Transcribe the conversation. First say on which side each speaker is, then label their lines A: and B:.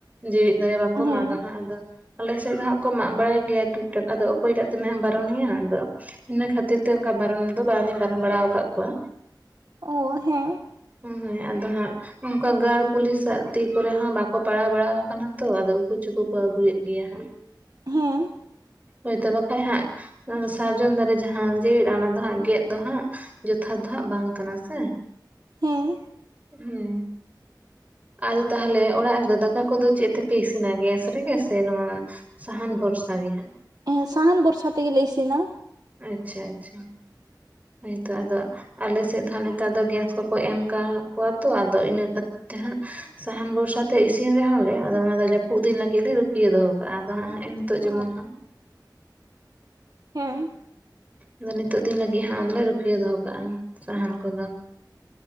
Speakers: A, on the right; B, on the right.
A: ᱡᱮᱣᱮᱫ ᱫᱟᱲᱮ ᱵᱟᱠᱚ
B: ᱦᱮᱸ
A: ᱢᱟᱜᱟ ᱦᱟᱸᱜ ᱟᱫᱚ ᱟᱞᱮ ᱥᱮᱫ ᱫᱚ ᱦᱟᱸᱜ ᱠᱚ ᱢᱟᱜ ᱵᱟᱲᱟᱭ ᱜᱮᱭᱟ ᱴᱩᱠ ᱴᱟᱠ᱾ ᱟᱫᱚ ᱚᱠᱚᱭᱴᱟᱜ ᱛᱤᱱᱟᱹᱜ ᱮᱢ ᱵᱟᱨᱚᱱᱮᱭᱟ ᱟᱫᱚ ᱤᱱᱟᱹ ᱠᱷᱟᱹᱛᱤᱨ ᱛᱮ ᱚᱱᱠᱟ ᱵᱟᱨᱚᱱ ᱫᱚ ᱵᱟᱝᱤᱧ ᱵᱟᱨᱚᱱ ᱵᱟᱲᱟ ᱟᱠᱟᱫ ᱠᱚᱣᱟ᱾
B: ᱳ, ᱦᱮᱸ᱾
A: ᱦᱩᱸ, ᱦᱳᱭ ᱟᱫᱚ ᱦᱟᱸᱜ ᱱᱚᱝᱠᱟ ᱜᱟᱲ ᱯᱩᱞᱤᱥᱟᱜ ᱛᱤ ᱠᱚᱨᱮ ᱦᱚᱸ ᱵᱟᱠᱚ ᱯᱟᱲᱟᱣ ᱵᱟᱲᱟ ᱟᱠᱟᱱᱟ ᱛᱚ, ᱟᱫᱚ ᱩᱠᱩ ᱪᱩᱠᱩ ᱠᱚ ᱟᱹᱜᱩᱭᱮᱫ ᱜᱮᱭᱟ ᱦᱟᱸᱜ ᱾
B: ᱦᱮᱸ
A: ᱦᱳᱭᱛᱚ ᱵᱟᱠᱷᱟᱡ ᱦᱟᱸᱜ, ᱥᱟᱨᱡᱚᱢ ᱫᱟᱨᱮ ᱡᱟᱦᱟᱸ ᱡᱮᱣᱮᱫᱼᱟ ᱚᱱᱟ ᱫᱚ ᱦᱟᱸᱜ ᱜᱮᱫ ᱫᱚ ᱦᱟᱸᱜ ᱡᱚᱛᱷᱟᱛ ᱫᱚ ᱦᱟᱸᱜ ᱵᱟᱝ ᱠᱟᱱᱟ ᱥᱮ ᱾
B: ᱦᱮᱸ᱾
A: ᱦᱩᱸ᱾ ᱟᱫᱚ ᱛᱟᱦᱚᱞᱮ ᱚᱲᱟᱜ ᱨᱮᱫᱚ ᱫᱟᱠᱟ ᱠᱚᱫᱚ ᱪᱮᱫ ᱛᱮᱯᱮ ᱤᱥᱤᱱᱟ ᱜᱮᱥ ᱨᱮᱜᱮ ᱥᱮ ᱱᱚᱣᱟ ᱥᱟᱦᱟᱱ ᱵᱷᱚᱨᱥᱟ ᱜᱮ ᱦᱟᱸᱜ
B: ᱦᱮᱸ ᱥᱟᱦᱟᱱ ᱵᱷᱚᱨᱥᱟ ᱛᱮᱜᱮ ᱞᱮ ᱤᱥᱤᱱᱟ᱾
A: ᱟᱪᱪᱷᱟ ᱟᱪᱪᱷᱟ᱾ ᱦᱚᱭ ᱛᱚ ᱟᱫᱚ ᱟᱞᱮ ᱥᱮᱫ ᱫᱚ ᱦᱟᱸᱜ ᱱᱮᱛᱟᱨ ᱫᱚ ᱜᱮᱥ ᱠᱚᱠᱚ ᱮᱢ ᱟᱠᱟ ᱠᱚᱣᱟ ᱛᱚ ᱟᱫᱚ ᱤᱱᱟᱹ ᱠᱟᱛᱮ ᱦᱟᱸᱜ ᱥᱟᱦᱟᱱ ᱵᱷᱚᱨᱥᱟ ᱛᱮ ᱤᱥᱤᱱ ᱨᱮᱦᱚᱸ ᱞᱮ ᱟᱫᱚ ᱚᱱᱟ ᱫᱚ ᱡᱟᱹᱯᱩᱫ ᱫᱤᱱ ᱞᱟᱹᱜᱤᱫ ᱞᱮ ᱨᱩᱠᱷᱤᱭᱟᱹ ᱫᱚᱦᱚ ᱠᱟᱜᱼᱟ ᱟᱫᱚ ᱦᱟᱸᱜ ᱱᱮᱜ ᱱᱤᱛᱳᱜ ᱡᱮᱢᱚᱱ
B: ᱚ
A: ᱦᱟᱸᱜ
B: ᱦᱮᱸ᱾
A: ᱟᱫᱚ ᱱᱤᱛᱚᱜ ᱫᱤᱱ ᱞᱟᱹᱜᱤᱫ ᱦᱟᱸᱜ ᱟᱫᱚᱞᱮ ᱨᱩᱠᱷᱟᱭᱟᱹ ᱫᱚᱦᱚ ᱠᱟᱜᱼᱟ ᱥᱟᱦᱟᱱ ᱠᱚᱫᱚ